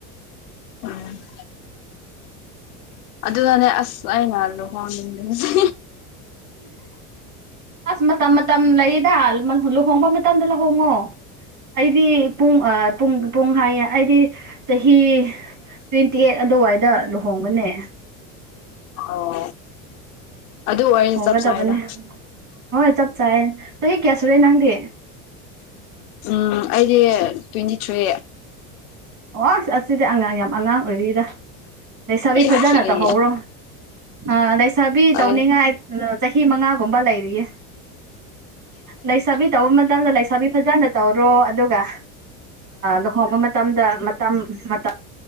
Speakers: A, on the left (about 80°); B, on the right (about 40°).
A: ꯎꯝ ꯑꯗꯨꯅꯅꯦ ꯑꯁ ꯑꯩꯅ ꯂꯨꯍꯣꯡꯅꯤꯡꯗꯅꯁꯤ
B: ꯑꯁ ꯃꯇꯝ ꯃꯇꯝ ꯂꯩꯗ ꯂꯨꯍꯣꯡꯕ ꯃꯇꯝꯗ ꯂꯨꯍꯣꯡꯉꯣ ꯑꯩꯗꯤ ꯄꯨꯡ ꯄꯨꯡ ꯄꯨꯡ ꯍꯥꯏꯌꯦ ꯑꯩꯗꯤ ꯆꯍꯤ ꯇ꯭ꯋꯦꯟꯇꯤ ꯑꯩꯠ ꯑꯗꯨꯋꯥꯏꯗ ꯂꯨꯍꯣꯡꯕꯅꯦ
A: ꯑꯣ ꯑꯗꯨ ꯑꯣꯏꯅꯤ
B: ꯍꯣꯡꯒꯗꯕꯅꯦ
A: ꯆꯞ ꯆꯥ ꯍꯥꯏꯅ
B: ꯍꯣꯏ ꯆꯞ ꯆꯥꯏ ꯆꯍꯤ ꯀꯌꯥ ꯁꯨꯔꯦ ꯅꯪꯗꯤ
A: ꯎꯝ ꯑꯩꯗꯤ ꯇ꯭ꯋꯦꯟꯇꯤ ꯊ꯭ꯔꯤ
B: ꯑꯣ ꯑꯁ ꯑꯁꯤꯗꯤ ꯑꯉꯥꯡ ꯌꯥꯝ ꯑꯉꯥꯡ ꯑꯣꯏꯔꯤꯔ ꯂꯩꯁꯥꯕꯤ
A: ꯏꯁ
B: ꯐꯖꯅ
A: ꯀꯔꯤ
B: ꯇꯧꯍꯧꯔꯣ ꯑꯥ ꯂꯩꯁꯥꯕꯤ
A: ꯍꯣꯏ
B: ꯇꯧꯅꯤꯡꯉꯥꯏ ꯆꯍꯤ ꯃꯉꯥꯒꯨꯝꯕ ꯂꯩꯔꯤꯌꯦ ꯂꯩꯁꯥꯕꯤ ꯇꯧꯕ ꯃꯇꯝꯗ ꯂꯩꯁꯥꯕꯤ ꯐꯖꯅ ꯇꯧ ꯭ꯔꯣ ꯑꯗꯨꯒ ꯂꯨꯍꯣꯡꯕ ꯃꯇꯝꯗ ꯃꯇꯝ ꯃꯇꯝ